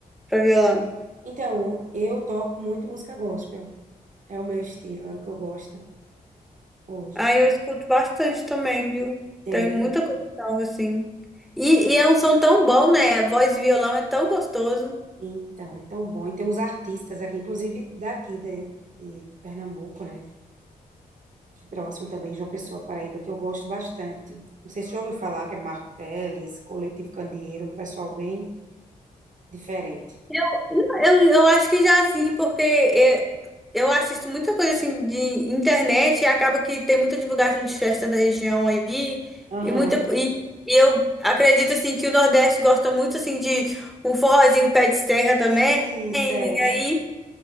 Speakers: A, in the centre; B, on the right (about 55°).
A: pra violão?
B: Então, eu toco muito música gospel. É o meu estilo, é o que eu gosto hoje.
A: Ah, eu escuto bastante também, viu?
B: É,
A: Tem muita coisa nova, assim. E, e é um som tão bom, né? A voz de violão é tão gostoso.
B: Então, é tão bom. E tem uns artistas aqui, inclusive daqui de, de Pernambuco, né? Que próximo também, João Pessoa, Paraíba, que eu gosto bastante. Não sei se já ouviu falar, que é Marco Teles, Coletivo Candeeiro, um pessoal bem diferente.
A: Eu, eu, eu acho que já assim, porque é, eu, assisto muita coisa assim de internet e acaba que tem muita divulgação de festa da região aí
B: Aham.
A: e muita co- e, e eu acredito assim que o Nordeste gosta muito assim de um forrozinho pé de serra também.
B: Isso, é,
A: Aí,